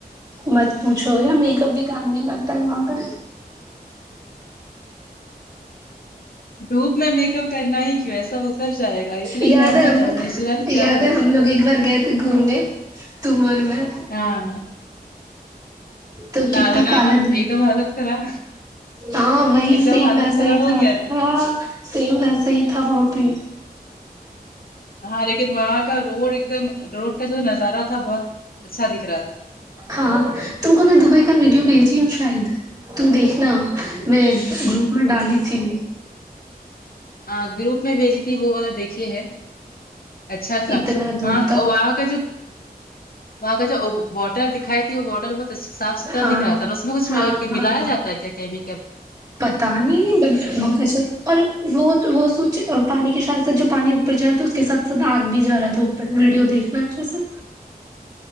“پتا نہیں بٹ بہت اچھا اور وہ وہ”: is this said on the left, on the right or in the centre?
Right